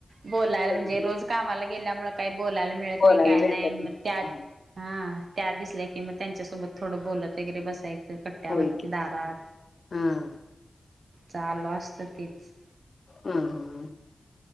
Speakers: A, on the right (about 75°); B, on the left (about 50°).
A: बोलाय
B: कधी
A: म्हणजे रोज कामाला गेल्यामुळे काही बोलायला मिळत
B: बोलायला
A: नाही काय
B: भेटत
A: नाही. मग त्यात
B: हां.
A: हा त्या दिसल्या की मग त्यांच्यासोबत थोडं बोलत वगैरे बसायच कट्ट्यावरती
B: होय की.
A: दारात.
B: हां,
A: चालू असत तीच
B: हम्म